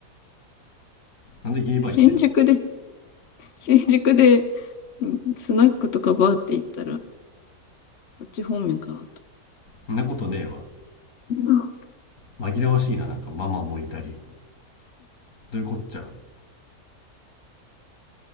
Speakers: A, on the left; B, on the left.
A: なんでゲイバー言ってんの
B: で新宿で、新宿で、スナックとかバーって行ったら、そっち方面かなと。
A: そんなことねえわ
B: うん、
A: 紛らわしいななんかママもいたりどういうこっちゃ